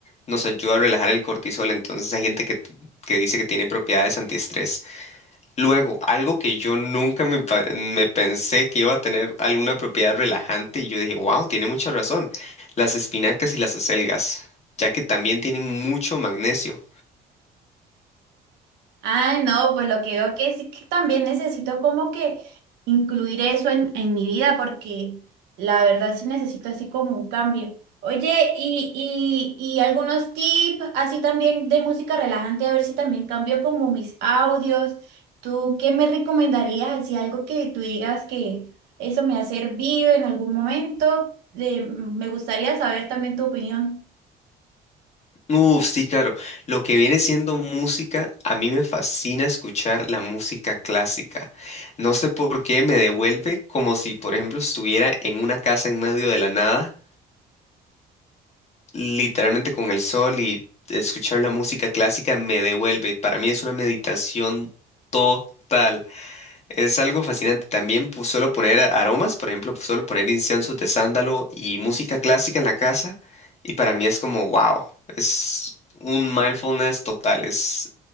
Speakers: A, on the left; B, on the right.
A: nos ayuda a relajar el cortisol. Entonces hay gente que, que dice que tiene propiedades antiestrés. Luego, algo que yo nunca me, pa- me pensé que iba a tener alguna propiedad relajante y yo dije, wow, tiene mucha razón. Las espinacas y las acelgas, ya que también tienen mucho magnesio.
B: Ah, no, pues lo que veo que sí que también necesito como que incluir eso en, en mi vida porque la verdad sí necesito así como un cambio. Oye, y, y, y algunos tips así también de música relajante, a ver si también cambio como mis audios. ¿Tú qué me recomendarías? Así algo que tú digas que eso me ha servido en algún momento. De- me gustaría saber también tu opinión.
A: Uf, sí, claro. Lo que viene siendo música, a mí me fascina escuchar la música clásica. No sé por qué me devuelve como si, por ejemplo, estuviera en una casa en medio de la nada, literalmente con el sol y escuchar la música clásica me devuelve. Para mí es una meditación total. Es algo fascinante. También pues, suelo poner aromas, por ejemplo, pues, suelo poner inciensos de sándalo y música clásica en la casa. Y para mí es como, wow, es un mindfulness total. Es,